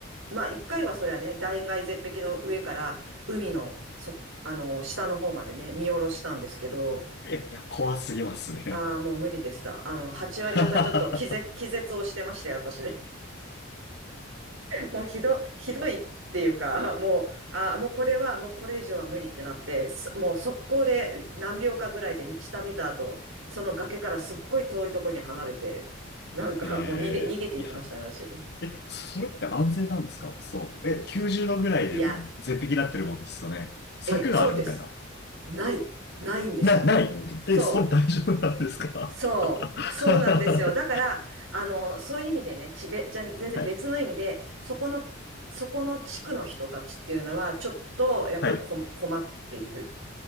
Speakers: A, on the right; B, on the left.
A: ーまあ、一回はそりゃね、断崖絶壁の上から海の、そ、あのー下の方までね、見下ろしたんですけど、
B: えいや、怖すぎますね。
A: ああ、もう無理でした。あの、8割方ちょっと気絶、
B: <laughs>
A: 気絶をしてまして、私。<laughs> もうひど、ひどいっていうか、もう、ああ、もうこれは、もうこれ以上は無理ってなって、すもう速攻で何秒かぐらいで下見た後、その崖からすっごい遠いとこに離れて、なんかもう逃げ、
B: ええいや。
A: 逃げていきましたね、私。
B: え、それって安全なんですかそう。え、90度ぐらいでもう絶壁になってるもんですよね。
A: いや、
B: 柵があるみたいな。
A: ええ、そうです。ない、ないんですよ。
B: な、ない。
A: そう。
B: え、それ大丈夫なんですか <laughs>
A: そう、
B: は
A: そうなんですよ。だから、あの、そういう意味でね、ちべ、じゃ、全然別の意味で、
B: い。
A: そこの、そこの地区の人たちっていうのは、ちょっと、やっぱりこ困っている。
B: はい。